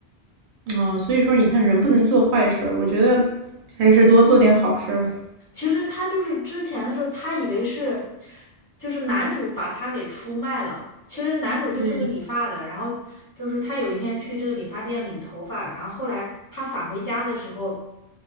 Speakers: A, on the right; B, on the left.
A: 啊，所以说你看人不能做坏事儿，我觉得还是多做点好事儿。
B: 其实他就是之前的时候，他以为是，就是男主把他给出卖了。其实男主就是个理发的，
A: 嗯，
B: 然后就是他有一天去这个理发店理头发，然后后来他返回家的时候，